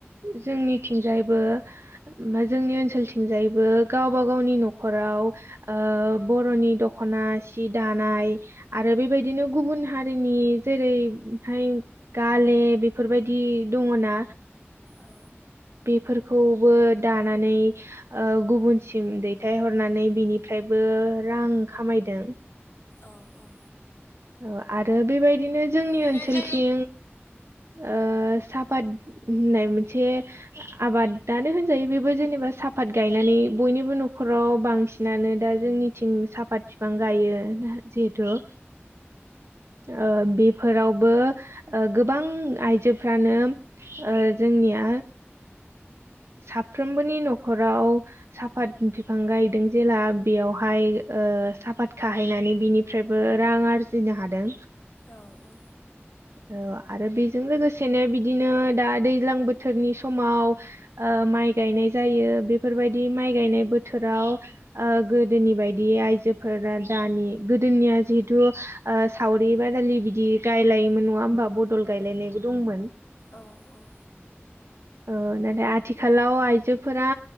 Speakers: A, on the right; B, on the left.
A: जोंनिथिंजायबो मा जोंनि ओनसोलथिंजायैबो गावबा गावनि न'खराव बर'नि दख'ना सि दानाय आरो बेबायदिनो गुबुन हारिनि जेरैहाय गाले बेफोरबायदि दङ ना
B: औ
A: बेफोरखौबो दानानै ओ गुबुनसिम दैथायहरनानै बिनिफ्रायबो रां खामायदों
B: औ औ
A: औ आरो बेबायदिनो जोंनि
B: बिदिनो
A: ओनसोलथिं ओ साफात होननाय मोनसे आबादानो होनजायो बेबो जेनेबा साफात गायनानै बयनिबो न'खराव बांसिन बिनानो दा जोंनिथिं साफात बिफां गायो जिहेथु ओ बेफोरावबो ओ गोबां आइजोफ्रानो ओ जोंनिया साफ्रोमबोनि न'खराव साफात बिफां गायदों जेला बेयावहाय ओ साफाद खाहायनानै बिनि निफ्रायबो रां आरजिनो हादों
B: औ औ
A: <inaudible> औ आरो बेजों लोगोसेनो बिदिनो दा दैज्लां बोथोरनि समाव ओ माइ गायनाय जायो बेफोरबायदि माइ गायनाय बोथोराव ओ गोदोनि बायदि आयजोफोरा दानि गोदोनिया जिहेथु ओ सावरि बादालि बिदि गायलायोमोन नंङा होमबा बदल गायलायनायबो दंमोन।
B: औ औ
A: औ नाथाय आथिखालाव आइजोफोरा